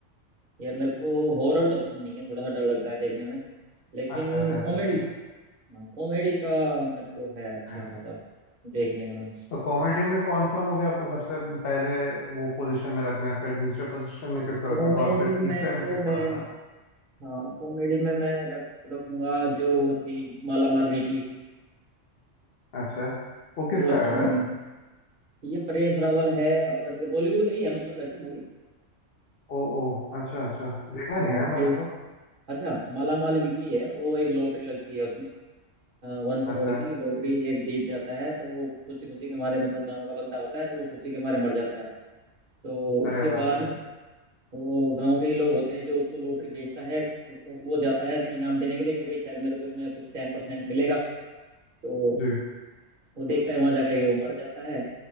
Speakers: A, on the right; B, on the left.
A: यार मेरे को हॉरर तो पसंद नहीं है थोड़ा सा डर लगता है देखने में लेकिन
B: अच्छा अच्छा अच्छा
A: कॉमेडी
B: अच्छा
A: हाँ कॉमेडी का मेरे को है अच्छा
B: अरे
A: खासा देखने का मैं
B: तो कॉमेडी में कौन सा मूवी आपको सबसे पहले वो पोजीशन में रखना है फिर दूसरे पोजीशन में किसको
A: कॉमेडी
B: रखना है और फिर तीसरे
A: में तो
B: में किसको
A: मैं
B: रखना है
A: हाँ कॉमेडी में मैं रख रखूंगा जो वो थी माला माल वीकली
B: अच्छा वो किसका
A: वो अच्छी
B: है यार
A: मूवी थी ये परेश रावल है और ये बॉलीवुड का ही है मतलब वैसे मूवी
B: ओ ओ अच्छा अच्छा देखा
A: परेश
B: नहीं यार मैंने तो
A: अच्छा माला माल वीकली है वो एक लॉटरी लगती है वन करोड़
B: अच्छा
A: की लॉटरी एक जीत जाता है तो वो खुशी खुशी के मारे मतलब गांव का बंदा होता है तो वो खुशी के मारे मर जाता है तो
B: अरे
A: उसके
B: बाप
A: बाद
B: रे
A: वो गांव के ही लोग होते हैं जो उसको लॉटरी बेचता है उसको वो जाता है इनाम देने के लिए कि भाई शायद मेरे को इसमें कुछ टेन परसेंट मिलेगा तो
B: जी
A: वो देखता है वहां जाकर के वो मर जाता है